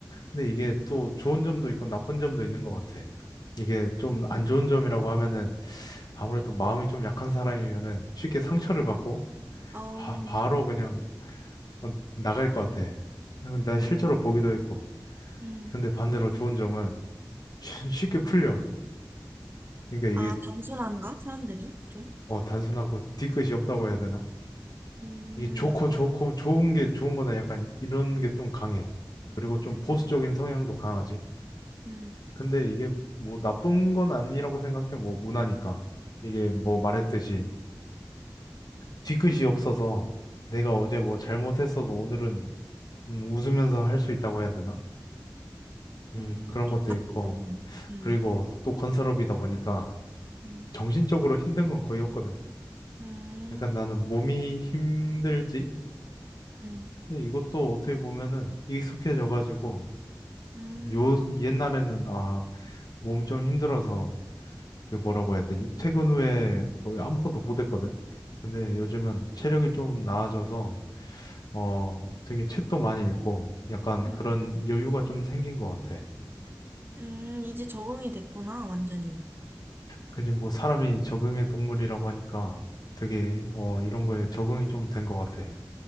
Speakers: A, on the left; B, on the right.
A: 근데 이게 또 좋은 점도 있고 나쁜 점도 있는 것 같아. 이게 좀 안 좋은 점이라고 하면은 아무래도 마음이 좀 약한 사람이면은 쉽게 상처를
B: 음,
A: 받고
B: 어우,
A: 아, 바로 그냥 어, 나갈 것 같아. 나
B: 음,
A: 실제로 보기도 했고.
B: 음.
A: 근데 반대로 좋은 점은 쉬- 쉽게 풀려. 그러니까
B: 아,
A: 이게
B: 단순한가? 사람들이 좀?
A: 어, 단순하고 뒤끝이 없다고 해야 되나?
B: 음,
A: 이게 좋고 좋고 좋은 게 좋은 거다 약간 이런 게 좀 강해. 그리고 좀
B: 음.
A: 보수적인 성향도 강하지.
B: 음,
A: 근데 이게 뭐 나쁜 건 아니라고 생각해. 뭐 문화니까. 이게 뭐 말했듯이 뒤끝이 없어서 내가
B: 음,
A: 어제 뭐 잘못했어도 오늘은 음, 웃으면서 할 수 있다고 해야 되나? 음,
B: 음,
A: 그런
B: 좋다,
A: 것도 있고.
B: 그거는. 음,
A: 그리고 또 건설업이다 보니까
B: 음,
A: 정신적으로 힘든 건 거의 없거든.
B: 음,
A: 약간 나는 몸이 힘들지?
B: 음,
A: 근데 이것도 어떻게 보면은 익숙해져가지고
B: 음,
A: 요 옛날에는 아, 몸이 좀 힘들어서 그 뭐라고 해야 되지? 퇴근 후에 거의 아무것도 못했거든. 근데 요즘은 체력이 좀 나아져서 어 되게 책도 많이 읽고 약간
B: 음,
A: 그런 여유가 좀 생긴 것 같아.
B: 음, 이제 적응이 됐구나, 완전히.
A: 그지 뭐 사람이 적응의 동물이라고 하니까 되게 어 이런 거에 적응이 좀 된 것 같아.